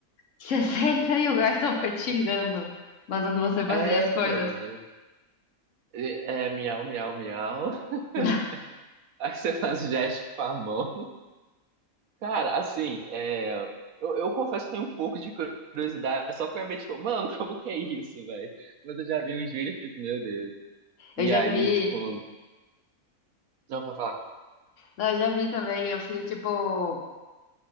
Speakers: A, on the left; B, on the right.
A: você <laughs> senta e o garçom fica te xingando, mandando você fazer
B: É,
A: as coisas.
B: mano. É, é, miau, miau, miau. <laughs>
A: <laughs>
B: Aí você faz o gesto com a mão. Cara, assim, é, eu, eu confesso que tenho um pouco de curiosidade, só pra ver, tipo, mano, como que é isso, velho? Mas eu já vi uns vídeos e fico, meu Deus.
A: Eu
B: E
A: já
B: aí,
A: vi
B: tipo, não, vai falar,
A: Não, eu já vi também, eu fico tipo,